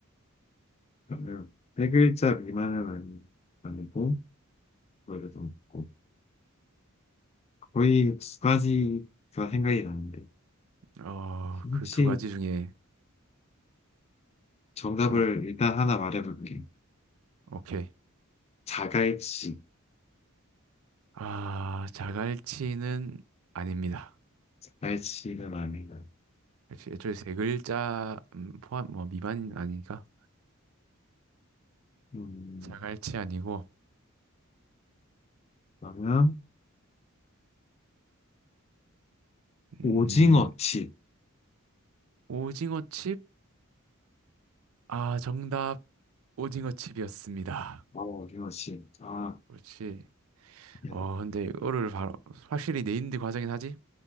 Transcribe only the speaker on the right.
어,
그 두 가지 중에,
어,
오케이.
아, 자갈치는 아닙니다.
역시 애초에 세 글자 음, 포함, 뭐, 미만 아니니까.
자갈치 아니고,
음,
오징어칩? 아, 정답, 오징어칩이었습니다.
그렇지.
어, 근데 이거를 바로, 확실히 네임드 과정이긴 하지?